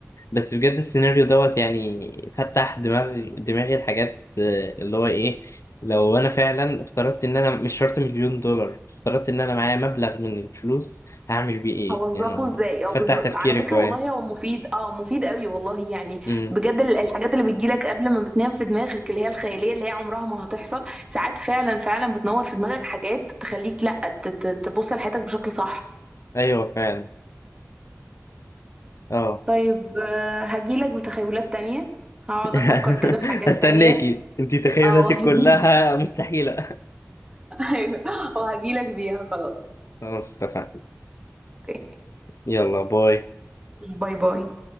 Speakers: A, on the left; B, on the right.
A: بس بجد السيناريو دوت يعني فتح دماغي دماغي الحاجات آه، اللي هو ايه لو انا فعلا افترضت ان انا مش شرط مليون دولار افترضت ان انا معايا مبلغ من الفلوس هعمل بيه ايه
B: هوظفه
A: يعني
B: ازاي اه بالظبط
A: فتح تفكيري
B: على فكره
A: كويس
B: والله هو مفيد اه مفيد قوي والله يعني
A: امم
B: بجد ال- الحاجات اللي بتجيلك قبل ما بتنام في دماغك اللي هي الخياليه اللي هي عمرها ما هتحصل ساعات فعلا فعلا بتنور في دماغك حاجات تخليك لا ت- ت- تبص لحياتك بشكل صح
A: ايوه فعلا اه
B: طيب آه، هجيلك بتخيلات تانية هقعد
A: <laughs>
B: افكر كده في حاجات
A: هستناكي
B: تانية
A: انتي تخيلاتك
B: اه وهجي
A: كلها
B: <laughs>
A: مستحيلة
B: ايوه وهجيلك بيها خلاص
A: <laughs> خلاص اتفقنا
B: اوكي
A: يلا باي
B: باي باي